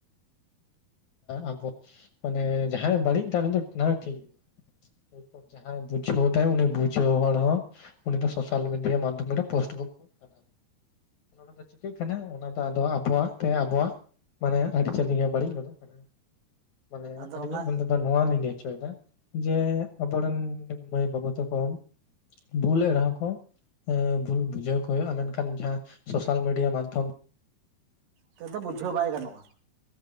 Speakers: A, on the left (about 65°); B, on the right (about 85°).
A: ᱟᱵᱚ ᱢᱟᱱᱮ ᱡᱟᱦᱟᱸᱟᱭ ᱵᱟᱹᱲᱤᱡ ᱢᱮᱱᱫᱚ ᱚᱱᱟ ᱴᱷᱤᱠ ᱜᱮ ᱾ ᱛᱟᱨᱯᱚᱨ ᱡᱟᱦᱟᱸᱭ ᱵᱩᱡᱷᱟᱹᱣ ᱮᱫᱟᱭ ᱩᱱᱤ ᱵᱩᱡᱷᱟᱹᱣ ᱦᱚᱲ ᱦᱚᱸ ᱩᱱᱤ ᱫᱚ ᱥᱳᱥᱟᱞ ᱢᱤᱰᱤᱭᱟ ᱢᱟᱫᱽᱫᱷᱚᱢ ᱨᱮ ᱯᱳᱥᱴ ᱜᱚᱫᱚᱜ ᱠᱟᱱᱟᱭ ᱾ ᱱᱚᱰᱮ ᱫᱚ ᱪᱤᱠᱟᱹᱜ ᱠᱟᱱᱟ, ᱚᱱᱟ ᱫᱚ ᱟᱵᱚᱣᱟᱜ ᱛᱮ ᱟᱵᱚᱣᱟᱜ, ᱢᱟᱱᱮ ᱟᱹᱨᱤᱼᱪᱟᱹᱤ ᱜᱮ ᱵᱟᱹᱲᱤᱡ ᱜᱚᱫᱚᱜ ᱠᱟᱱᱟ ᱾ ᱢᱟᱱᱮ
B: ᱟᱫᱚ
A: ᱟᱹᱞᱤᱧᱟᱜ
B: ᱚᱱᱟ
A: ᱢᱮᱱ ᱫᱚ ᱫᱚ ᱱᱚᱣᱟ ᱞᱤᱧ ᱞᱟᱹᱭ ᱪᱚᱭᱫᱟ ᱡᱮ ᱟᱵᱚᱨᱮᱱ ᱢᱟᱹᱭ ᱵᱟᱹᱵᱩ ᱛᱟᱠᱚ ᱵᱷᱩᱞ ᱮᱫ ᱨᱮᱦᱚᱸ ᱠᱚ ᱵᱷᱩᱞ ᱵᱩᱡᱷᱟᱹᱣ ᱠᱚ ᱦᱩᱭᱩᱜᱼᱟ ᱢᱮᱱᱠᱷᱟᱱ ᱡᱟᱦᱟᱸ ᱥᱳᱥᱟᱞ ᱢᱤᱰᱤᱭᱟ ᱢᱟᱫᱽᱫᱷᱚᱢ
B: ᱛᱮᱫᱚ ᱫᱚ ᱵᱩᱡᱷᱟᱹᱣ ᱵᱟᱭ ᱜᱚᱜᱼᱟ᱾